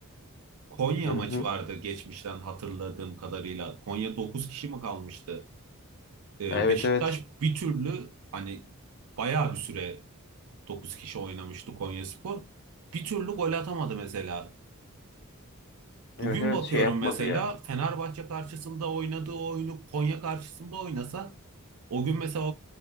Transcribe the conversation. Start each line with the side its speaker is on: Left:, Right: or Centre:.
Right: Konya
Left: Hı
Right: maçı
Left: hı.
Right: vardı geçmişten hatırladığım kadarıyla. Konya 9 kişi mi kalmıştı? E,
Left: Ha, Evet
Right: Beşiktaş
Left: evet.
Right: bir türlü hani bayağı bir süre 9 kişi oynamıştı Konyaspor. Bir türlü gol atamadı mesela.
Left: Evet
Right: Bugün
Left: evet
Right: bakıyorum
Left: şey yapmadı
Right: mesela
Left: ya.
Right: Fenerbahçe karşısında oynadığı oyunu Konya karşısında oynasa o gün mesela